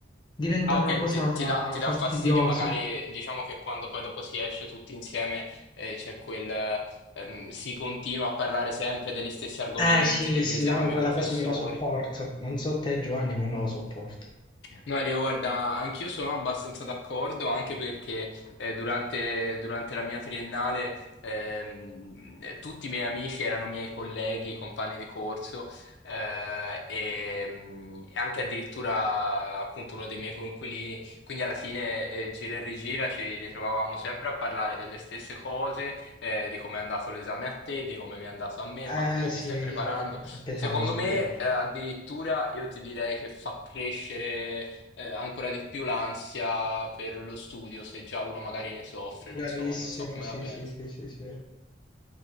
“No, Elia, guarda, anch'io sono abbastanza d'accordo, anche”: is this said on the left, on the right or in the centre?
Left